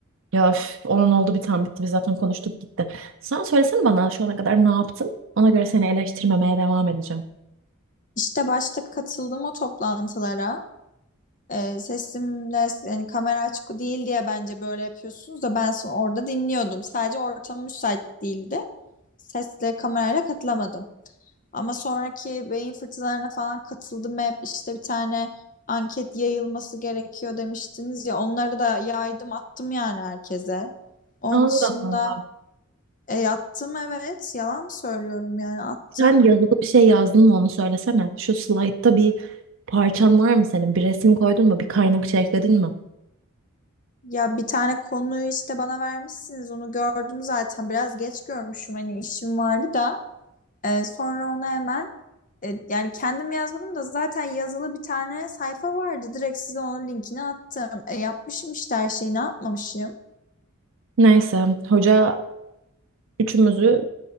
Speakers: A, on the right; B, on the left.
A: Ya üf, olan oldu bir tane bitti. Biz zaten konuştuk gitti. Sen söylesene bana şu ana kadar ne yaptın? Ona göre seni eleştirmemeye devam edeceğim.
B: İşte başta katıldım o toplantılara. E, sesimle yani kamera açık değil diye bence böyle yapıyorsunuz da ben sonra orada dinliyordum. Sadece ortam müsait değildi. sesle kamerayla katılamadım. Ama sonraki beyin fırtınalarına falan katıldım hep işte bir tane anket yayılması gerekiyor demiştiniz ya onları da yaydım attım yani herkese. Onun
A: Allah
B: dışında
A: Allah.
B: e, attım evet yalan mı söylüyorum yani attım.
A: Sen yazılı bir şey yazdın mı onu söylesene. Şu slaytta bir parçan var mı senin? Bir resim koydun mu? Bir kaynak ekledin mi?
B: Ya bir tane konuyu işte bana vermişsiniz onu gördüm zaten biraz geç görmüşüm hani işim vardı da E, sonra onu hemen E, yani kendim yazmadım da zaten yazılı bir tane sayfa vardı. Direkt size onun linkini attım. E, yapmışım işte her şeyi ne yapmamışım.
A: Neyse hoca üçümüzü